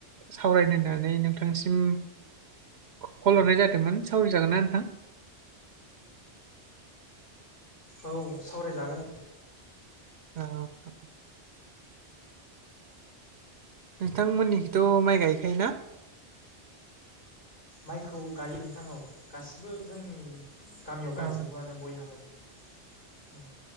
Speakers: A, on the right (about 70°); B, on the left (about 50°).
A: सावरायनो होननानै नोंथांसिम खल हरनाय जादोंमोन सावलि जागोन ना नोंथां?
B: औ सावरायजागोन।
A: औ। नोंथांमोननिखौिथ' माइ गायखायोना?
B: माइखौ गायो नोंथां औ गासिबो जोंनि गामियाव गायजोबोआनो
A: औ
B: बयहाबो। औ।